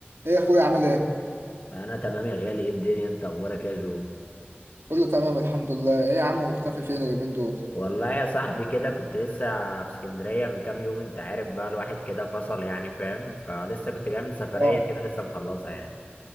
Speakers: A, on the right; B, on the left.
A: ايه يا اخويا عامل ايه؟
B: انا تمام يا غالي ايه الدنيا انت اخبارك يا جو
A: كله تمام الحمد لله، ايه يا عم مختفي فين اليومين دول؟
B: والله يا صاحبي كده كنت لسه في اسكندريه من كام يوم انت عارف بقى الواحد كده فصل يعني فاهم فلسه كنت جاي من سفريه
A: اه
B: كده لسه مخلصها يعني